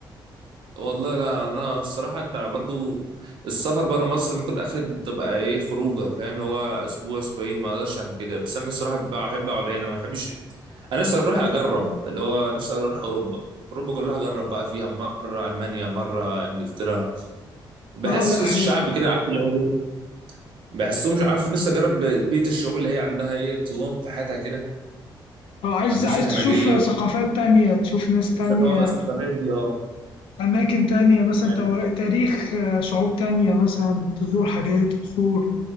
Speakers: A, on the right (about 70°); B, on the left (about 85°).
A: والله لا انا الصراحه انت برضو السفر بره مصر ممكن اخر تبقى ايه خروجه فاهم اللي هو اسبوع اسبوعين ما اقدرش عن كده بس انا الصراحه بقى- بحب اقعد هنا ما بحبش انا نفسي اروح اجرب اللي هو نفسي اروح اوروبا اوروبا كلها اجرب بقى فيها مره المانيا مره انجلترا بحس
B: اه لا
A: الشعب
B: حلو
A: كده عارف اللي هو إيه؟ بحسهم مش عارف نفسي اجرب بيئه الشعوب اللي هي عندها ايه انتظام في حياتها كده
B: اه عايز
A: ما فيش
B: عايز
A: الهمجيه
B: تشوف ثقافات تانية تشوف ناس تانية
A: والثقافه الثقافات دي اه
B: أماكن تانية مثلا
A: يعني
B: تو- تاريخ آه، شعوب تانية مثلا تزور حاجات قصور